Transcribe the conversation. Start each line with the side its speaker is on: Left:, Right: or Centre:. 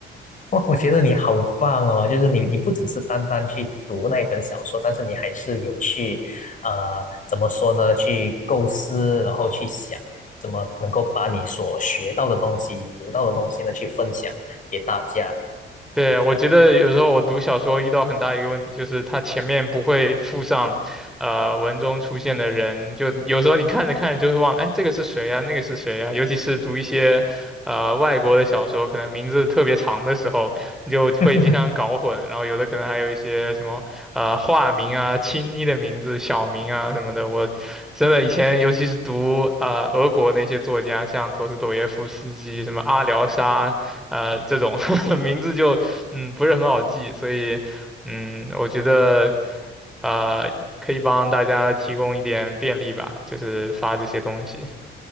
Left: <laughs> 哇，我觉得你好棒哦！就是你，你不只是单单去读那一本小说，但是你还是有去，呃，怎么说呢？去构思，然后去想怎么能够把你所学到的东西、读到的东西呢，去分享给大家。
Centre: 对，我觉得有时候我读小说遇到很大一个问题，就是它前面不会附上，呃，文中出现的人，就有时候你看着看着就会忘了，哎，这个是谁啊，那个是谁啊？尤其是读一些，呃，外国的小说，可能名字特别长的时候，你就会经常搞混，
Left: <laughs>
Centre: 然后有的可能还有一些什么呃化名啊、亲昵的名字、小名啊什么的。我真的以前，尤其是读呃俄国那些作家，像陀思妥耶夫斯基、什么阿廖沙，呃这种 <laughs> 名字就嗯不是很好记，所以嗯我觉得呃可以帮大家提供一点便利吧，就是发这些东西。